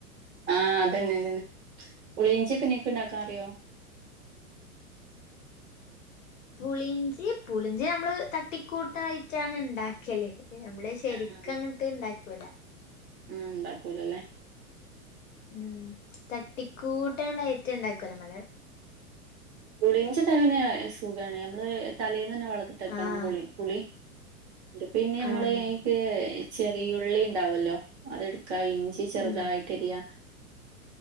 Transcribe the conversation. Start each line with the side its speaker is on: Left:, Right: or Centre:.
Right: ആഹ് അതെന്നെ അതെന്നെ പുളിയിഞ്ചി ഒക്കെ നിങ്ങക്ക് ണ്ടാക്കാൻ അറിയോ
Left: പുളിയിഞ്ചി പുളിഞ്ചി നമ്മള് തട്ടിക്കൂട്ടായിട്ടാണ് ണ്ടാക്കല് നമ്മള് ശെരിക്കങ്ങട്ട്ണ്ടാക്കൂല
Right: ആഹ് ആഹ് ണ്ടാക്കൂല ലെ
Left: ഉം തട്ടിക്കൂട്ടങ്ങട്ടായിറ്റ് ണ്ടാക്കൊല്ലമ്മള്
Right: പുളിയിഞ്ചിയൊക്കെങ്ങനെ സുഖാണ് നമ്മള് തലേന്നെന്നെ വെള്ളത്തിലെട്ടക്കണം
Left: ആഹ്
Right: പുളി പുളി പിന്നെ നമ്മളയ്ക്ക്
Left: ആഹ്
Right: ചെറിയുള്ളി ണ്ടാവല്ലോ അതെടു ക്ക ഇഞ്ചി ചെറുതായിട്ടരിയ
Left: ഉം